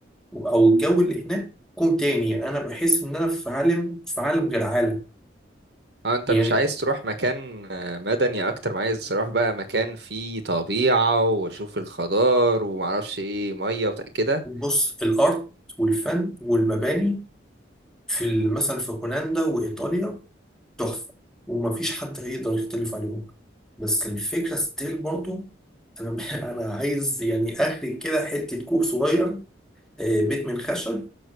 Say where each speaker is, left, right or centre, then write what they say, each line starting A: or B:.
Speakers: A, in the centre; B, on the right.
A: أو الجو اللي هناك كوم تاني يعني أنا بحس إن أنا في عالم في عالم غير عالم
B: اه انت
A: يعني
B: مش عايز تروح مكان آه، مدني اكتر ما عايز تروح بقى مكان فيه طبيعة واشوف الخضار ومعرفش ايه مية وت- كده
A: بص الأرض والفن والمباني في ال- مثلا في هولندا وإيطاليا تحفة ومفيش حد هيقدر يختلف عليهم بس الفكرة ستيل برضو أنا <laughs> أنا عايز يعني أخرج كده حتة كوخ صغير آه، بيت من خشب